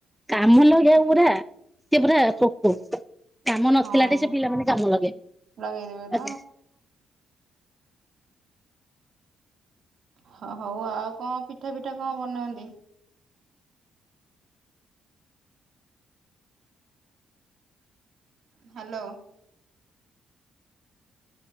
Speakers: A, in the centre; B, on the right.
A: କାମ ଲଗେଇବା ପୁରା। ସିଏ ପୁରା ପୋକ କାମ ନଥିଲା
B: ହଁ
A: ଟେ ସେ ପିଲାମାନେ କାମ ଲଗେଇଵେ।
B: ଲଗେଇଦେବେ ତ। ହ ହଉ ଆଉ କଣ ପିଠା ପିଠା କଣ ବନାନ୍ତି? ହ୍ୟାଲୋ।